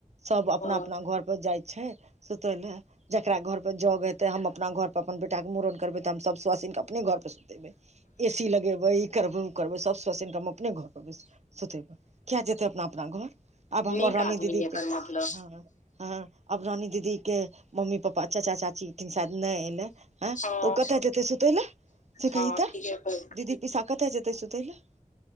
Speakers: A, on the right (about 55°); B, on the left (about 65°).
A: सभ अपना
B: हँ
A: अपना घरपर जाइ छै सुतय लए जकरा घर पर जग हेतै हम अपना घर पर अपन बेटाक के मुड़न करबै तऽ हम सभ सुआहासिनके अपने घर पर सुतेबै ए सी लगेबई ई करबौ उ करबौ सबसँ सुन्नक हम अपने घरपर सुतैबै किया जेतै अपना अपना घर आब हमर
B: नीक
A: रानी
B: आदमी
A: दीदीकेँ
B: एकर मतलब
A: हँ हँ अब रानी दीदी के मम्मी पापा चाचा चाची किन सायद नहि एलै ऐ
B: हँ
A: तऽ ओ केतअ जेतै सुतैय लऽ से कहि
B: हँ
A: तऽ
B: ठीके कहलखिन
A: दीदी पिसा केतअ केतअ जेते सुतै लऽ